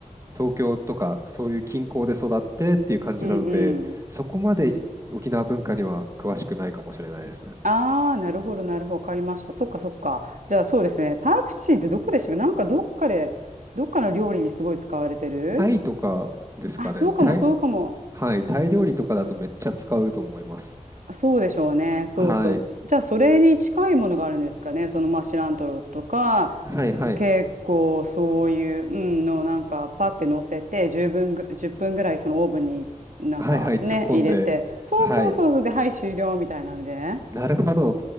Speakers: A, on the right; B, on the right.
A: 東京とか、そういう近郊で育ってっていう感じなので、
B: うん。
A: そこまで沖縄文化には詳しくないかもしれないですね。
B: ああ、なるほど、なるほど。わかりました。そっか、そっか。じゃあ、そうですね。パクチーってどこでしたっけなんかどっかで、どっかの料理にすごい使われてる
A: タイとかですかね。
B: あ、そうかも、
A: タイ、
B: そうかも。
A: はい。タイ料理とかだとめっちゃ使うと思います。
B: あそうでしょうね。そうそう。
A: はい。
B: じゃあ、それに近いものがあるんですかね。その、まあ、シラントロとか、
A: はいはい。
B: 結構そういう、うん、の、なんか、パって乗せて、10分ぐ、1分ぐらい、そのオーブンに、なんかね、
A: はいはい。突っ込んで。
B: 入れて、そうそうそうそう、
A: はい。
B: で、はい、終了みたいなので。
A: なるほど。